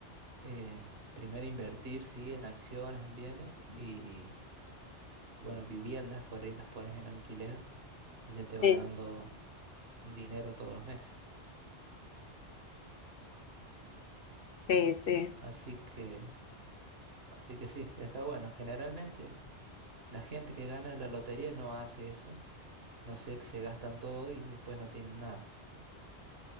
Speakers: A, on the right; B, on the left.
A: Eh, primero invertir, sí, en acciones, en bienes y, bueno, viviendas, por ahí las pones en alquiler y ya te va
B: Sí.
A: dando dinero todos los meses.
B: Sí, sí.
A: Así que, así que sí, está bueno. Generalmente la gente que gana la lotería no hace eso. No sé, que se gastan todo y después no tienen nada.